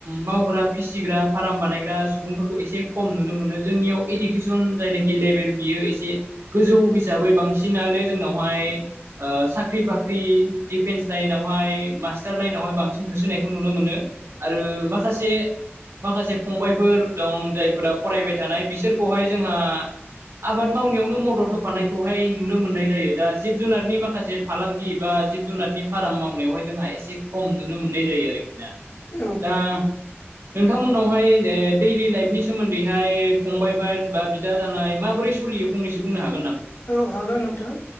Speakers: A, on the right; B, on the left.
A: मावग्रा फिसिग्रा फाराम बानायग्रा सुबुंफोरखौ एसे खम नुनो मोनो जोंनियाव। इडुकेसन जायनाखि लेभेल बियो एसे गोजौ हिसाबै बांसिनानो जों नावहाय ओ साख्रि बाख्रि दिफेन्स लाइनावहाय मास्थार लाइनावहाय बां सिन होसोनायखौ नुनो मोनो आरो माखासे माखासे फंबायफोर दं जायफोरा फरायबाय थानाय बिसोरखौहाय जोंहा आबाद मावनायावनो मदद होफानायखौहाय नुनो मोननाय जायो। दा जिब जुनारनि माखासे फालांगि बा जिब जुनारनि फाराम मावनायावहाय जोंहा एसे खम नुनो मोननाय जायो आरोखि ना।
B: औ
A: दा नोंथांमोनावहाय ओ दैलि लाइफनि सोमोन्दैहाय फंबाय बा बा बिदा जानाय माबो रै सलियो फंनैसो बुंनो हाग
B: औ हागोन नोंथां